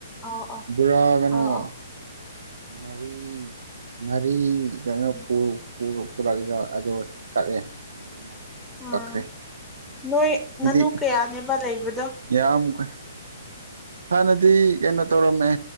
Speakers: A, in the centre; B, on the right.
A: ꯑꯥꯎ ꯑꯥꯎ
B: ꯕꫭꯔꯥ ꯀ‌ꯩꯅꫭ
A: ꯑꯥꯎ ꯑꯥꯎ
B: ꯃꯔꯤ ꯃꯔꯤ ꯀꯩꯅꫭ
A: ꯎꯝ
B: ꯄꯨꯔ ꯄꯨꯔꯛꯑꯒ ꯑꯗꯣ ꯀꯛꯑꯦ ꯃꯔꯤꯃꯛ
A: ꯑꯥ
B: ꯀꯛꯈ꯭ꯔꯦ
A: ꯅꯣꯏ ꯉꯥꯅꯨ
B: ꯍꯥꯏꯗꯤ
A: ꯀꯌꯥꯅꯦꯕ ꯂꯩꯕꯗꯣ
B: ꯌꯥꯝ <unintelligible> ꯍꯥꯟꯅꯗꯤ ꯀꯩꯅꯣ ꯇꯧꯔꯝꯃꯦ